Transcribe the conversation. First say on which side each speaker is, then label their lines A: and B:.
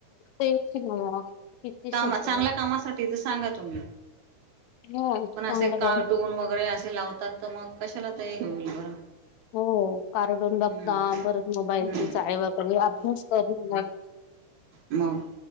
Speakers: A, on the left; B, on the right.
A: तेच नव्ह किती सध्या
B: कामात चांगल्या कामासाठी तर सांगा तुम्ही
A: हो चांगलं
B: पण असे कार्टून
A: काम
B: वगैरे आसे लावतात त मग कशाला ते हे होईल बरं
A: हो कारडून बघदा
B: हम्म
A: परत मोबाईलचे
B: हम्म
A: चाळे वगैरे अभ्यास कर रून मग
B: मग